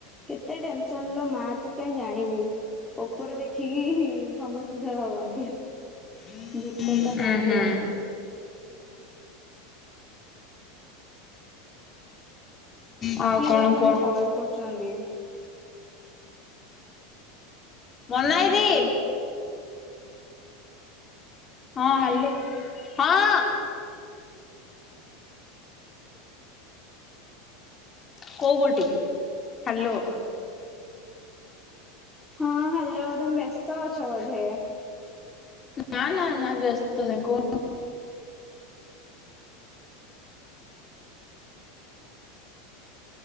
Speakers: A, in the centre; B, on the left.
A: କେତେ ଟେନସନ ମା ତୁ କହିଁ ଜାଣିବୁ। ଉପରେ ଦେଖିକି ସମସ୍ତେ ସେୟା ଭାବନ୍ତି।
B: ହୁଁ
A: ଭିତର ଟା କାହିଁକି
B: ହଁ। ହ ହ
A: ଜାଣିବେ
B: ହଁ ଆଉ
A: କିଏ
B: କଣ
A: ବା ତମକୁ
B: କୁହ?
A: କଲ୍ କରୁଛନ୍ତି।
B: ମନାଇ ଦିଦି। ହଁ ହାଲୋ ହଁ। କୋଉ କୋଉଟୀକି ହାଲୋ।
A: ହଁ ହାଲୋ ତମେ ବ୍ୟସ୍ତ ଅଛ ବୋଧେ?
B: ନା ନା ନା ବ୍ୟସ୍ତ ନାହିଁ କୋଉନାନ୍ତି।